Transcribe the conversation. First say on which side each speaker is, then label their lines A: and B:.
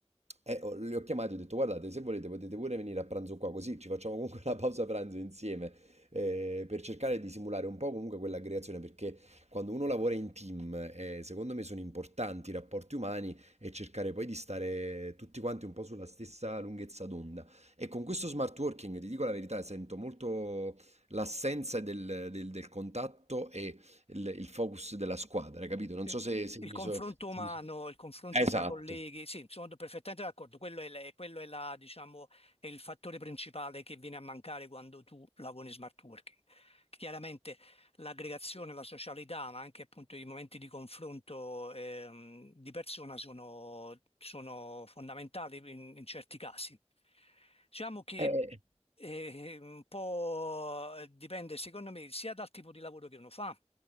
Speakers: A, on the right; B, on the left.
A: eh, ho- li ho chiamati e ho detto, guardate, se volete potete pure venire a pranzo qua, così ci facciamo comunque <laughs> la pausa pranzo insieme, eh, per cercare di simulare un po' comunque quell'aggregazione, perché quando uno lavora in team, eh, secondo me sono importanti i rapporti umani e cercare poi di stare tutti quanti un po' sulla stessa lunghezza d'onda. E con questo smart working, ti dico la verità, sento molto L'assenza del del del contatto e il il focus della squadra, capito, non
B: Sì.
A: so se se
B: Il
A: mi
B: confronto
A: so se
B: umano,
A: mi so
B: il confronto
A: esatto.
B: fra colleghi, sì, sono perfettamente d'accordo. Quello è, la- quello è la, diciamo, è il fattore principale che viene a mancare quando tu lavori in smart working. Chiaramente l'aggregazione, la socialità, ma anche appunto i momenti di confronto ehm, di persona sono, sono fondamentali in, in certi casi. Diciamo che
A: Eh,
B: eh, un po' dipende, secondo me, sia dal tipo di lavoro che uno fa